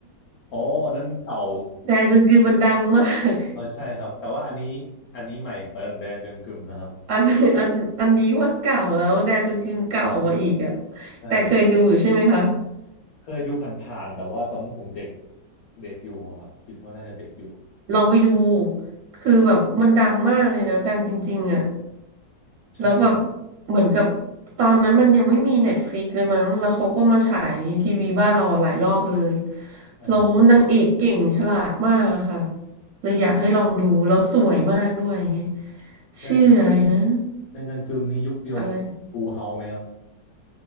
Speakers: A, on the left; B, on the right.
A: อ๋ออันนั้นเก่า
B: แดจังกึมมันดังมาก
A: เออใช่ครับแต่ว่าอันนี้อันนี้ใหม่ประแดงจังกึมนะครับ
B: <laughs> อันอันอันนี้ว่าเก่าแล้วแดจังกึมเก่ากว่าอีกอะ
A: ใช่ครับ
B: แต่เคยดูอยู่ใช่ไหมคะ
A: เคยดูผ่านๆแต่ว่าตอนนั้นผมเด็กเด็กอยู่ครับคิดว่าน่าจะเด็กอยู่
B: ลองไปดูคือแบบมันดังมากเลยนะดังจริงๆอะ
A: ใช่
B: แล้วแบบเหมือนกับตอนนั้นมันยังไม่มีเน็ตฟลิกเลยมั้งแล้วเขาก็มาฉายทีวีบ้านเราหลายรอบเลย
A: ใช่ครับ
B: แล้วนางเอกเก่งฉลาดมากค่ะเลยอยากให้ลองดูแล้วสวยมากด้วยไง
A: แดงจัง
B: ชื่ออะไรนะ
A: แดงจังกึมนี่ยุคเดียวกับฟูเฮาไหมครับ
B: อะไร